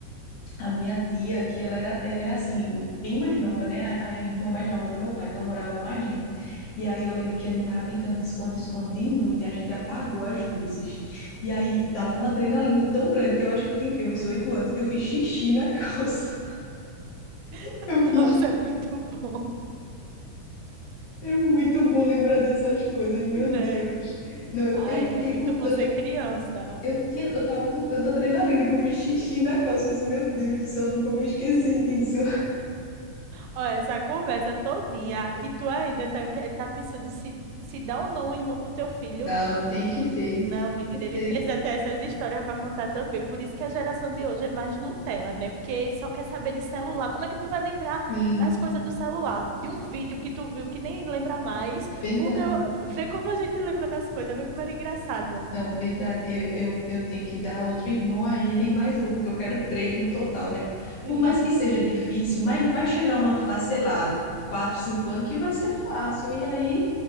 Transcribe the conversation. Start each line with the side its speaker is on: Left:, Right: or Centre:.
Left: A minha tia, que ela era, ela é assim, bem mais nova, né? A, a irmã mais nova do meu pai, ela morava com a gente. E aí eu lembro que a gente tava brincando de esconde-esconde de noite, a gente apagou as luzes. E aí dava uma adrenalina tão grande que eu acho que eu tinha o quê? Uns oito anos. Eu fiz xixi na calça. <laughs>
Right: <laughs>
Left: Eu
Right: Nossa,
Left: fiz xixi.
Right: é muito bom,
Left: É muito bom lembrar dessas coisas, meu Deus.
Right: né?
Left: Não, eu,
Right: Ai,
Left: eu fiquei
Right: é muito
Left: com tanto.
Right: bom ser criança.
Left: Eu tinha, eu tava com tanta adrenalina que eu fiz xixi na calça. Eu disse, meu Deus do céu, eu nunca vou esquecer disso.
Right: Ó, essa conversa todinha e tu ainda tá, que- tá pensando se, se dá ou não um irmão pro teu filho?
Left: Não, tem que ter,
Right: Não,
Left: tem
Right: menina,
Left: que ter.
Right: ele precisa ter essas histórias para contar também. Por isso que a geração de hoje é mais Nutella, né? Porque só quer saber de celular. Como é que tu vai lembrar
Left: Sim,
Right: as coisas do celular? De um vídeo que tu viu que nem lembra mais,
Left: verdade.
Right: porque eu- vê como a gente lembra das coisas, vê como era engraçado.
Left: Não, verdade, eu, eu, eu tenho que dar outro irmão a ele e mais outro, porque eu quero três no total, né?
Right: Sim,
Left: Por mais que seja difícil, mas vai chegar uma fase, sei lá, quatro, cinco anos, que vai ser fácil. E aí